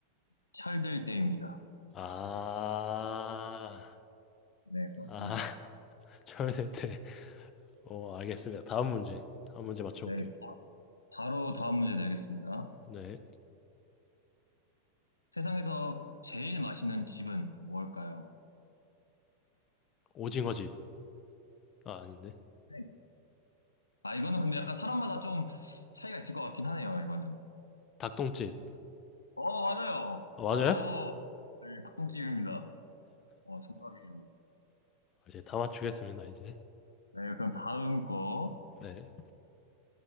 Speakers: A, on the left; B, on the left.
A: 철들 때입니다.
B: 아,
A: 네, 그렇습니다.
B: 아, <laughs> 철세태. 어, 알겠습니다. 다음 문제. 다음 문제 맞춰볼게요.
A: 네, 바- 바로 다음 문제 내겠습니다.
B: 네.
A: 세상에서 제일 맛있는 집은 뭘까요?
B: 오징어집. 아, 아닌데.
A: 네. 아 이거는 근데 약간 사람마다 좀 차이가 있을 것 같긴 하네요. 이거는.
B: 닭똥집.
A: 어, 맞아요.
B: 아, 맞아요?
A: 어, 네, 닭똥집입니다. 어, 정답이에요.
B: 이제 다 맞추겠습니다, 이제.
A: 네, 그럼 다음 거.
B: 네.